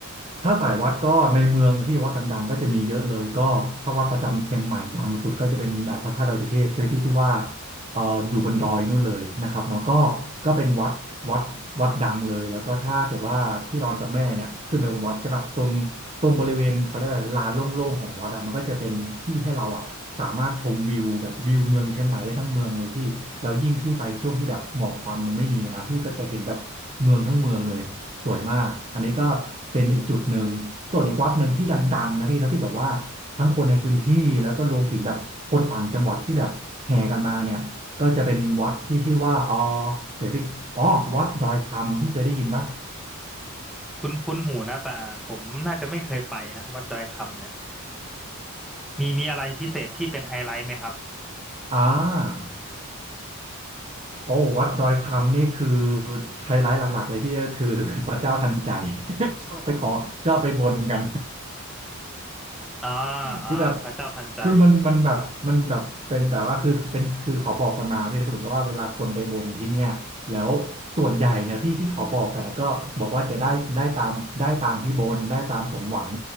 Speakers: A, on the right; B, in the centre.
A: ถ้าสายวัดก็ในเมืองนะพี่วัดดังๆก็จะมีเยอะเลยก็ถ้าวัดประจำเชียงใหม่ดังสุดก็จะเป็นแบบพระธาตุดอยสุเทพใช่ไหมพี่ที่ว่า เอ่ออยู่บนดอยนู่นเลยนะครับเนาะก็ก็เป็นวัดวัดวัดดังเลยแล้วก็ถ้าเกิดว่าพี่รอนกับแม่เนี่ยขึ้นไปบนวัดใช่ปะตรงตรงบริเวณเขาเรียกว่าลานโล่งๆของวัดอะมันก็จะเป็นที่ให้เราอะสามารถชมวิวแบบวิวเมืองเชียงใหม่ได้ทั้งเมืองเลยพี่แล้วยิ่งพี่ไปช่วงที่แบบหมอกควันมันไม่มีนะพี่ก็จะเห็นแบบเมืองทั้งเมืองเลยสวยมากอันนี้ก็เป็นอีกจุดหนึ่งส่วนอีกวัดหนึ่งที่ดังๆนะพี่นาะที่แบบว่า ทั้งคนในพื้นที่แล้วก็รวมถึงแบบคนต่างจังหวัดที่แบบแห่กันมาเนี่ยก็จะเป็นวัดที่ชื่อว่าอ๋อเดี๋ยวพี่อ๋อวัดดอยคำพี่เคยได้ยินปะ
B: คุ้นคุ้นหูนะแต่ผมน่าจะไม่เคยไปนะวัดดอยคำเนี่ยมีมีอะไรพิเศษที่เป็นไฮไลท์ไหมครับ
A: อ่าโอ้วัดดอยคำนี่คือไฮไลท์หลักๆเลยพี่ก็คือ <laughs> พระเจ้าทันใจชอบไปขอชอบไปบนกัน
B: อ่าอ่าพระเจ้าทันใจ
A: คือแบบคือมันมันแบบมันแบบเป็นแบบว่าคือเป็นคือเขาบอกกันมาที่เหมือนกับว่าเวลาคนไปบนที่เนี่ยแล้วส่วนใหญ่เนี่ยพี่ที่เขาบอกกันนะก็บอกว่าจะได้ได้ตามได้ตามที่บนได้ตามสมหวัง